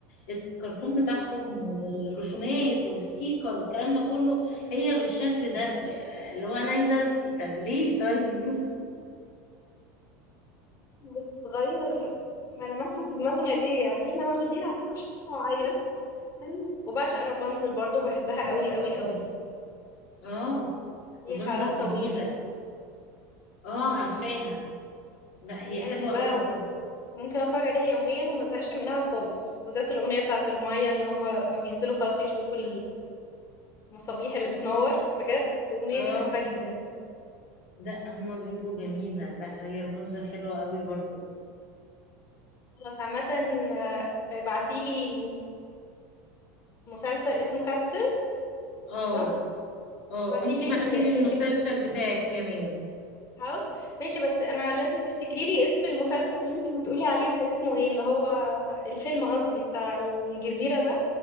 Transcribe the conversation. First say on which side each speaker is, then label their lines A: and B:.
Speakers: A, on the left; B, on the left.
A: الكرتون بتاعهم والرسومات والستيكر والكلام ده كله هي بالشكل ده ف- اللي هو انا عايزه اعرف إيه طب ليه طيب
B: بتغير ملامحها في دماغنا ليه يعني احنا واخدين عنها بشكل معين حلو. وبعشق رابنزل برضو بحبها قوي قوي قوي
A: <laughs> اه
B: هي
A: رابنزل
B: شعرها طويل
A: جميلة اه عارفاها لا هي
B: دي انا
A: حلوة
B: بحبها
A: قوي برضه
B: ممكن اتفرج عليها يوميا وما ازهقش منها خالص وبالذات الاغنيه بتاعه الميه اللي هم ما بينزلوا خلاص يشوفوا المصابيح اللي بتنور بجد الاغنيه
A: اه
B: دي بحبها جدا
A: ده هما بيبقوا جميلة لا هي رابنزل حلوة قوي برضو
B: خلاص عامه آه، آه، بعتيلي المسلسل اسمه كاستل
A: اه
B: صح
A: اه
B: بعتيلي
A: وانتي بعتيلي
B: اللينك
A: المسلسل
B: بتاع
A: بتاعك كمان
B: هاوس ماشي بس انا لازم تفتكري لي اسم المسلسل اللي انت بتقولي عليه ده اسمه ايه اللي هو الفيلم قصدي بتاع الجزيره ده